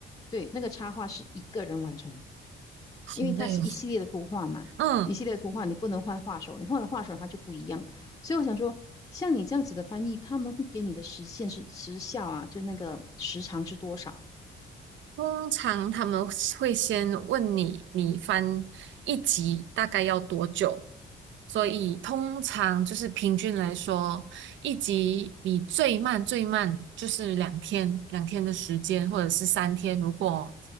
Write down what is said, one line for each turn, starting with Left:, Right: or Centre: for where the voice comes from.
Left: 对，那个插画是一个人完成，
Right: 好累哦。
Left: 因为它是一系列的图画嘛，
Right: 嗯，
Left: 一系列的图画你不能换画手，你换了画手它就不一样。所以我想说，像你这样子的翻译，他们会给你的时限是时效啊，就那个时长是多少？
Right: 通常他们会先问你，你翻一集大概要多久？所以通常就是平均来说，一集你最慢最慢就是两天，两天的时间，或者是三天。如果